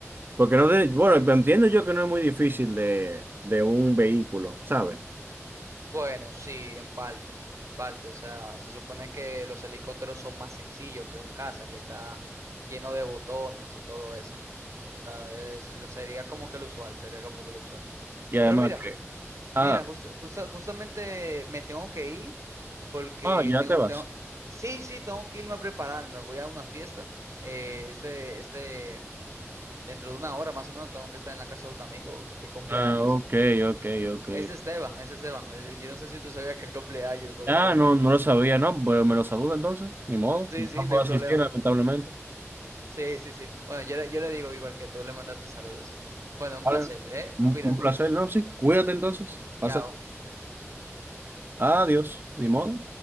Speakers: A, on the right (about 45°); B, on the right (about 75°).
A: Porque no, de, bueno, entiendo yo que no es muy difícil de, de un vehículo, ¿sabes?
B: Bueno, sí, en parte, en parte. O sea, se supone que los helicópteros son más sencillos que un caza que está lleno de botones y todo eso. O sea, es lo- sería como que lo usual, sería como que lo usual.
A: Y además
B: Pero mira,
A: que, ah,
B: Mira, justo, justo- justamente me tengo que ir porque
A: ah, ya
B: tengo,
A: te vas.
B: tengo, sí, sí, tengo que irme a prepararme. Voy a una fiesta. eh, este, este, dentro de una hora más o menos tengo que estar en la casa de un amigo que cumple
A: Ah,
B: años.
A: ok, ok, ok.
B: Es de Esteban, es de Esteban. es Yo no sé si tú sabías que él cumple años, pero
A: Ah,
B: él
A: no,
B: me...
A: no lo sabía, ¿no? Bueno, me lo saluda entonces, ni modo,
B: Sí,
A: no
B: sí,
A: puedo
B: no hay
A: asistir,
B: problema.
A: lamentablemente.
B: Sí, sí, sí. Bueno, yo, le- yo le digo igual que tú le mandaste saludos. Bueno, un
A: Vale,
B: placer, ¿eh?
A: un
B: Cuídate.
A: un placer, ¿no? Sí, cuídate entonces. Pasa.
B: Chao.
A: Adiós, ni modo.